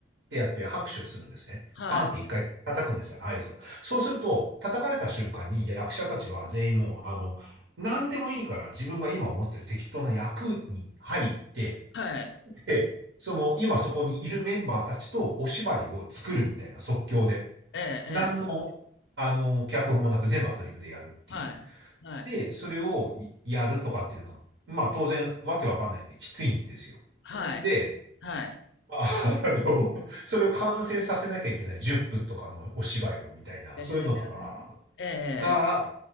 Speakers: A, on the right; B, on the left.
A: てやって拍手をするんですね。
B: はい、
A: パンって一回叩くんですよ、合図を。そうすると、叩かれた瞬間に役者たちは全員もう、あの、何でもいいから自分が今思ってる適当な役に入って、
B: はい、
A: で、その、今そこにいるメンバーたちとお芝居を作るみたいな即興で、
B: ええ、ええ、
A: 何の、あの、脚本もなく全部アドリブでやるっていう。
B: はい、はい、
A: で、それをいやるとかっていうのは、まあ当然わけわかんないんできついんですよ。
B: はい、
A: で、
B: はい。
A: あ <laughs> あの、それを完成させなきゃいけない10分とかのお芝居をみたいな、
B: ええ、
A: そういうのとか
B: ええええええ
A: が